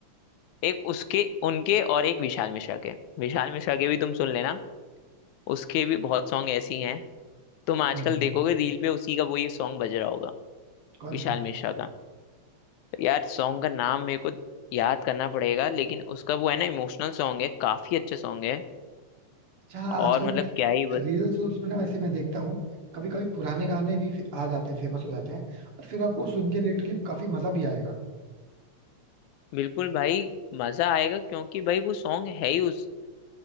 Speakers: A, on the left; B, on the right.
A: एक उसके उनके और एक विशाल मिश्रा के विशाल मिश्रा के भी तुम सुन लेना उसके भी बहुत सॉन्ग ऐसे ही हैं तुम आजकल
B: हम्म
A: देखोगे रील पे उसी का वही सॉन्ग बज रहा होगा
B: कौन
A: विशाल
B: सा
A: मिश्रा का यार सॉन्ग का नाम मेरे को याद करना पड़ेगा लेकिन उसका वो है ना इमोशनल सॉन्ग है काफी अच्छा सॉन्ग है
B: अच्छा हाँ,
A: और
B: आजकल
A: मतलब
B: मैं
A: क्या ही
B: रील्स वील्स में ना वैसे मैं देखता हूँ कभी कभी पुराने गाने भी फे- आ जाते हैं फेमस हो जाते हैं और फिर आपको सुन के लिटरली काफी मजा भी आएगा
A: बिल्कुल भाई मजा आएगा क्योंकि भाई वो सॉन्ग है ही उस